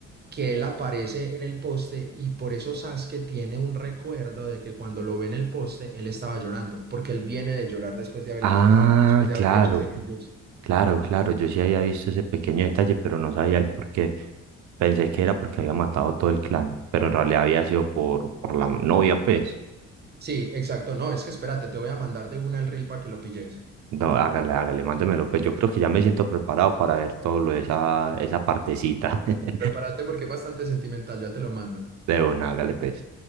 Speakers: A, on the right; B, on the right.
A: que él aparece en el poste y por eso Sasuke tiene un recuerdo de que cuando lo ve en el poste, él estaba llorando, porque él viene de llorar después de haberla
B: Ah,
A: matado, después de
B: claro,
A: haberle hecho ese genjutsu.
B: claro, claro. Yo sí había visto ese pequeño detalle, pero no sabía el por qué. Pensé que era porque había matado todo el clan, pero en realidad había sido por, por la novia, pues.
A: Sí, exacto. No, es que espérate, te voy a mandar de una el reel para que lo pilles.
B: No, hágale, hágale, mándemelo. Pues yo creo que ya me siento preparado para ver todo lo de esa, esa partecita. <laughs>
A: Prepárate porque es bastante sentimental, ya te lo mando.
B: De una, hágale, pues.